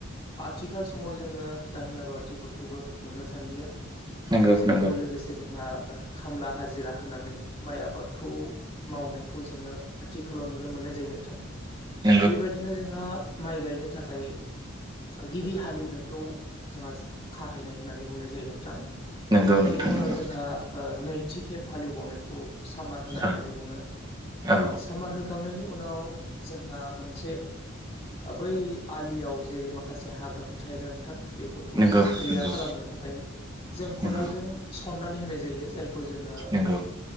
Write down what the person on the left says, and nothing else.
आथिखाल समाव जोङो दाहोन रुवाथिफोरखौबो नुनो थांलिया
बेजोंनो
लोगोसे जोंहा ओ खामला हाजिरा होनानै माइ आबादखौ मावनायखौ जोङो आथिखालाव नुनो मोननाय जायो नोंथां
बेबायदिनो जोंहा माइ गायनो थाखाय गिबि हालेवनायखौ जोंहा खाहैनाय होननानै बुंनाय जायो नोंथां
बेनि उनाव
जोंहा नैथि खेब हालेवबावनायखौ सामार होनाय
होननानै बुङो।
सामार होखांनायनि उनाव जोंहा मोनसे बै आलियाव जे माखासे हाग्राफोर थायोना नोंथां। बेफोरखौहाय
गैया
खालामनो थाखाय जों खदालजों
सननानै होनाय जायो जायखौ जोङो